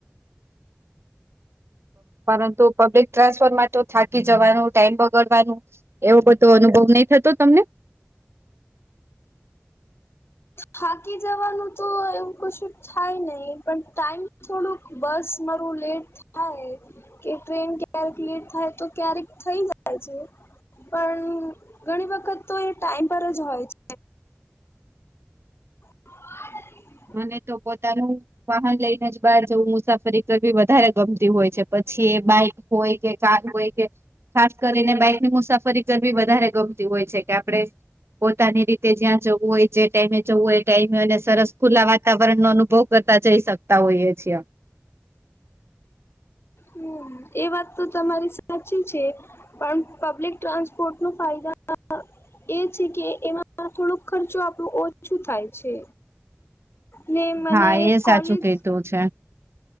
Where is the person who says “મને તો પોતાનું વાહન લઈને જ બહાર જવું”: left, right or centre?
Right